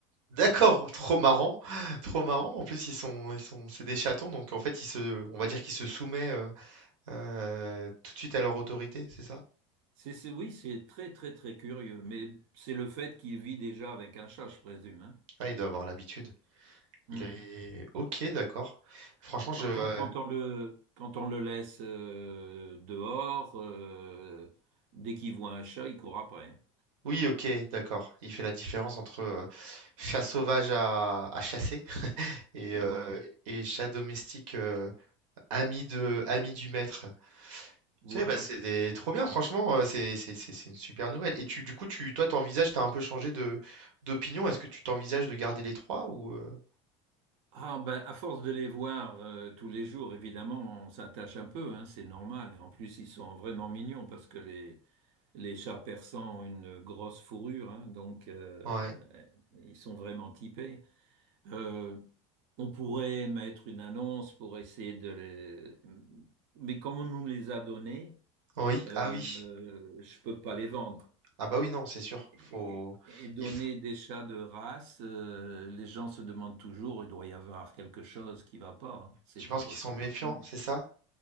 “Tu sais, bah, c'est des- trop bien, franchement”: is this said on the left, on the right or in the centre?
Right